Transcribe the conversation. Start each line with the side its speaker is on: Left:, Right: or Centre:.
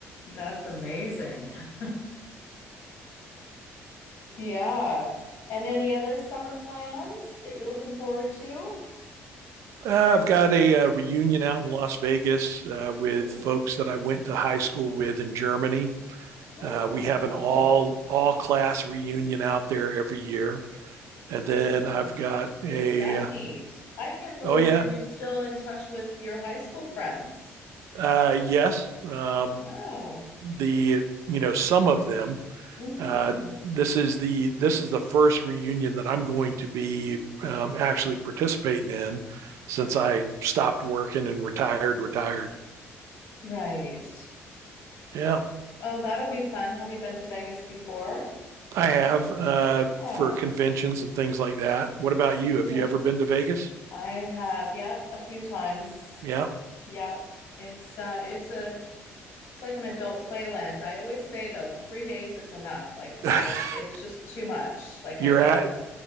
Left: That's amazing. <laughs> Yeah. And any other summer plans that you're looking forward to?
Right: I've got a, uh reunion out in Las Vegas uh, with
Left: Yeah.
Right: folks that I went to high school with in Germany.
Left: Oh,
Right: Uh, we have
Left: wow.
Right: an all all class reunion out there every year, and
Left: Oh,
Right: then I've got
Left: isn't
Right: a
Left: that neat? I can't believe,
Right: oh yeah,
Left: and you're still in touch with your high school friends.
Right: uh, yes, um,
Left: Wow.
Right: the you know some of them.
Left: Mm-hmm.
Right: Uh, this is the this is the first reunion that I'm going to be um, actually participating in since I stopped working and retired. Retired.
Left: Right.
Right: Yeah,
Left: Oh, that'll be fun. Have you been to Vegas before?
Right: I have uh,
Left: Yeah,
Right: for conventions and things like that. What about you? Have
Left: yeah.
Right: you ever been to Vegas?
Left: I have, yeah, a few times.
Right: Yeah,
Left: Yeah. It's uh it's a it's like an adult playland. I always say though, three days is enough. Like
Right: <laughs>
Left: I it's just too much. Like
Right: you're
Left: I get
Right: at.